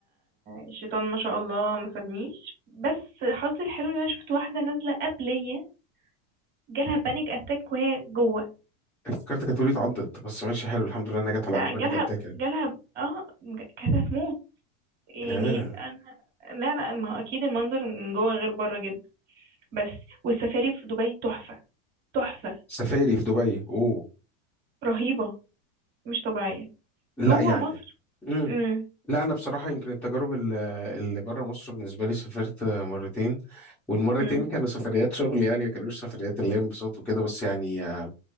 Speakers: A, on the right; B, in the centre.
A: الشيطان ما شاء الله ما سابنيش بس حظي الحلو ان انا شفت واحده نازله قبليه جالها بانيك اتاك وهي جوه
B: افتكرتك هتقولي اتعضت بس ماشي حلو الحمد لله انها جت على
A: لا
B: قد ما انا
A: جالها
B: كتاكه يعني
A: جالها اه ج- كانت هتموت يعني
B: آه.
A: أنا... لا لا ما هو اكيد المنظر من جوه غير بره جدا بس والسفاري في دبي تحفه تحفه
B: سفاري في دبي اوه
A: رهيبة مش طبيعية
B: لا
A: جوه
B: يعني
A: مصر
B: امم
A: امم
B: لا انا بصراحه يمكن التجارب ال- اللي بره مصر بالنسبه لي سافرت مرتين والمرتين
A: امم
B: كانوا سفريات شغل يعني ما كانوش سفريات اللي هي انبساط وكده بس يعني آه،